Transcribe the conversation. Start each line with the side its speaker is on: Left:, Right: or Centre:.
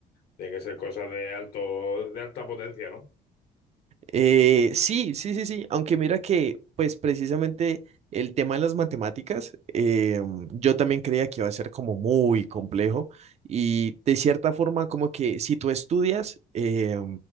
Left: tiene que ser cosas de alto, de alta potencia, ¿no?
Right: Eh, sí, sí, sí, sí, aunque mira que, pues precisamente el tema de las matemáticas, eh, yo también creía que iba a ser como muy complejo y de cierta forma como que si tú estudias, eh,